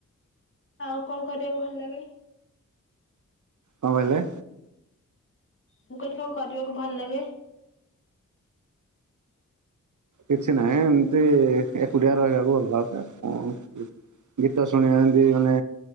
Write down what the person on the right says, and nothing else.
କଣ କହିଲେ
କିଛି ନାହିଁ ଏମୀତି ଏକୁଟିଆ ରହିବାକୁ ଭଲ ଲାଗେ କଣ ଗୀତ ଶୁଣିବା ଏମୀତି ମାନେ